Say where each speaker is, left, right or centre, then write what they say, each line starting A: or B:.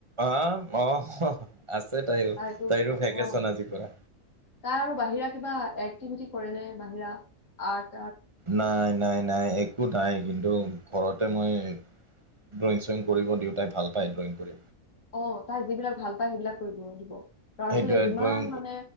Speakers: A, on the right; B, on the left.
A: অ অ আছে তাইৰো
B: তটো
A: তাইৰো ভেকেচন
B: অ
A: আজিৰ পৰা
B: তাই আৰু বাহিৰা কিবা এক, ম কৰে ন বাহিৰা আৰ্
A: নাই, নাই, নাই, একো নাই কিন্তু ঘৰত। মই ড্ৰয়িং চয়িং কৰিব দেওঁতাই ভাল পায় ড্ৰয়িং। কৰি
B: অ', তাই যিবিলাক ভাল পায় সেইবিলাক কৰিব দিব। ল'ৰা
A: সেইটোৱে
B: ছোৱালীয়ে যিমান
A: ড্ৰয়িং
B: মানে